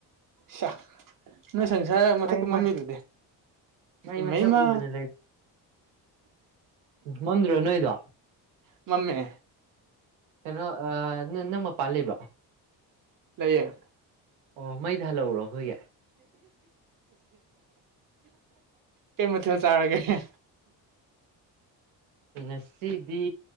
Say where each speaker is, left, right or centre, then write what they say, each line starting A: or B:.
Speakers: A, on the right (about 45°); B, on the right (about 85°).
A: ꯁꯤꯌꯥ ꯅꯣꯏ ꯁꯪꯁꯥꯔ ꯃꯊꯛꯇꯥ
B: ꯃꯥꯏ
A: ꯃꯝꯃꯤꯗꯨꯗꯤ
B: ꯃꯥꯏ ꯃꯩ
A: ꯏꯃꯩ
B: ꯃꯁꯛ
A: ꯏꯃꯥ
B: ꯎꯗꯅ ꯃꯝꯗꯔꯣ ꯅꯣꯏꯗꯣ
A: ꯃꯝꯃꯦ
B: ꯀꯩꯅꯣ ꯅꯪ ꯅꯪ ꯃꯄꯥꯟ ꯂꯩꯕ꯭ꯔꯣ
A: ꯂꯩꯌꯦ
B: ꯑꯣ ꯃꯩ ꯊꯥꯂꯛꯎꯔꯣ ꯑꯩꯈꯣꯏꯒꯤ
A: ꯀꯩ ꯃꯊꯦꯜ ꯆꯥꯔꯒꯦ
B: ꯉꯁꯤꯗꯤ